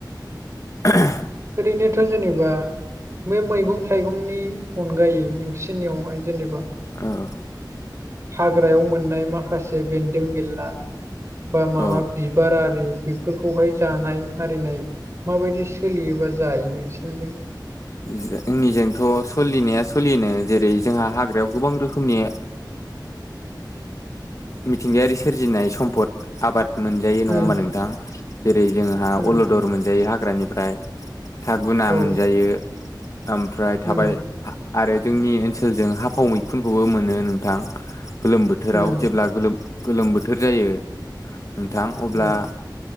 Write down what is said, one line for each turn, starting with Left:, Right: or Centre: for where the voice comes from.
Left: <unintelligible>
Right: ओरैनोथ' जेनेबा बे मैगं थाइगंनि अनगायै नोंसिनियावहाय जेनेबा
Left: औ
Right: हाग्रायाव मोननाय माखासे बेन्दों बेनला बा
Left: औ
Right: माबा बि बिबार आरि बेफोरखौहाय जानाय आरिनाय माबायदि सोलियोबा जायो नोंसोरनिजों?
Left: जोंनिजोंथ' सोलिनाया सोलिनो जेरै जोंहा हाग्रायाव गोबां रोखोमनि
Right: <inaudible>
Left: मिथिंगायारि सोरजिनाय सम्पद आबाद मोनजायो नङा
Right: उम
Left: होमबा नोंथां जेरै जोंहा
Right: उम
Left: अलद मोनजायो हाग्रानिफ्राय थागुना
Right: औ
Left: मोनजायो। ओमफ्राय थाबाय
Right: उम
Left: आरो जोंनि ओनसोलजों हाफाव मैखुनखौबो मोनो नोंथां‌। गोलोम बोथोराव
Right: उम
Left: जेब्ला गोलोम गोलोम बोथोर जायो नोंथां अब्ला
Right: उम